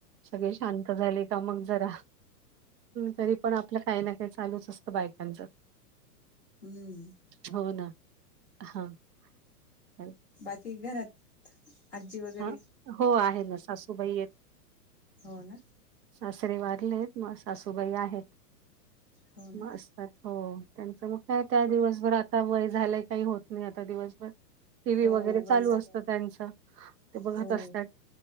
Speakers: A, on the right; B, in the centre.
A: सगळे शांत झाले का मग जरा तरी पण आपलं काही ना काही चालूच असतं बायकांच
B: हम्म
A: हो ना हा चा
B: बाकी घरात आजी वगैरे
A: हा हो आहे ना सासूबाई येत
B: हो ना
A: सासरे वाारलेत मग सासूबाई आहेत
B: हो ना
A: असतात हो त्यांच मग काय त्या दिवसभर आता वय झालंय काही होत नाही आता दिवसभर टी व्ही
B: हो
A: वगैरे
B: वय
A: चालू
B: झालं
A: असतं त्यांचं ते बघत
B: हो
A: असतात